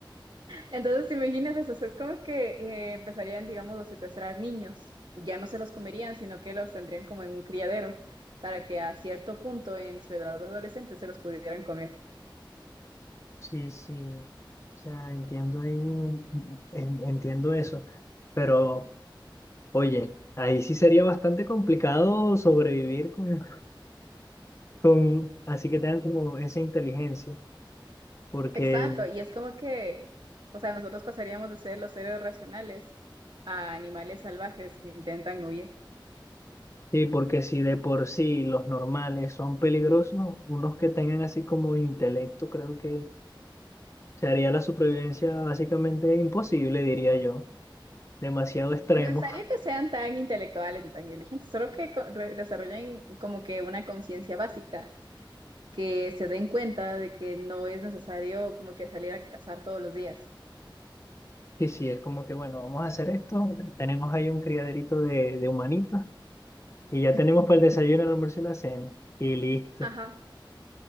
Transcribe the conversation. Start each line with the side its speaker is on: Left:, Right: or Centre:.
Right: Entonces, ¿te imaginas eso? O sea, es como que eh, empezarían, digamos, a secuestrar niños. Ya no se los comerían, sino que los tendrían como en un criadero, para que a cierto punto en su edad adolescente se los pudieran comer.
Left: Sí, sí. O sea, entiendo ahí un- en- entiendo eso. Pero, oye, ahí sí sería bastante complicado sobrevivir con, Con, así que tengan como esa inteligencia, porque
Right: Exacto, y es como que, o sea, nosotros pasaríamos de ser los seres racionales a animales salvajes que intentan huir.
Left: sí, porque si de por sí los normales son peligrosos, unos que tengan así como intelecto, creo que se haría la supervivencia básicamente imposible, diría yo, demasiado extremo.
Right: Es que no es necesario
Left: <laughs>
Right: que sean tan intelectuales ni tan inteligentes, solo que co- re- desarrollen como que una conciencia básica, que se den cuenta de que no es necesario como que salir a cazar todos los días.
Left: Y sí, es como que bueno, vamos a hacer esto, tenemos ahí un criaderito de, de humanitos y
Right: <laughs>
Left: ya tenemos para el desayuno, el almuerzo y la cena, y listo.
Right: Ajá.